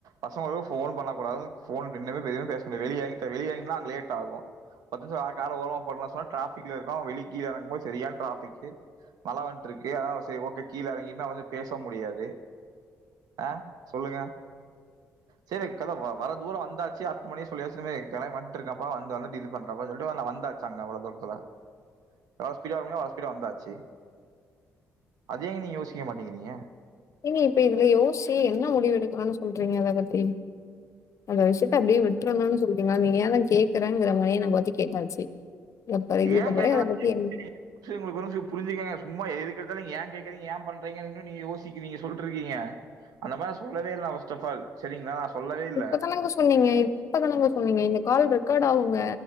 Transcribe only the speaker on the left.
<inaudible>
<inaudible>
நீங்க இப்ப இதுல யோசி என்ன முடிவு எடுக்கணுன் சொல்றீங்க அத பத்தி அந்த விஷயத்த அப்டியே விட்டர்ணுன் சொல்றீங்ளா நீ ஏ தா கேக்குறங்கற மாரியே என பத்தி கேட்டாச்சு இதுக்கப்புறம்
அத பத்தி
என்ன
இப்ப
தானங்க சொன்னீங்க இப்ப தானங்க சொன்னீங்க. இந்த கால் ரெக்கார்ட் ஆகுங்க.